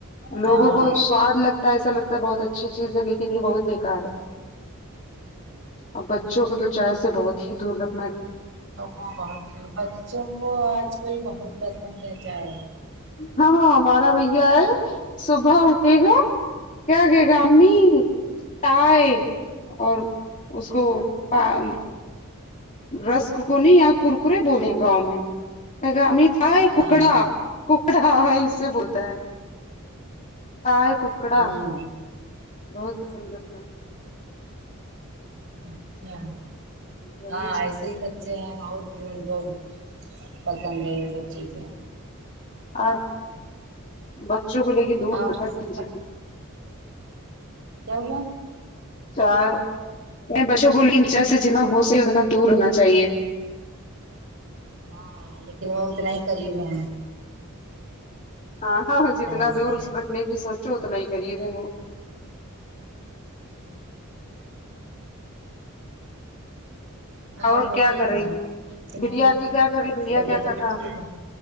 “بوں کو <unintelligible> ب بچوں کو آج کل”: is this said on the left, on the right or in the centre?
Right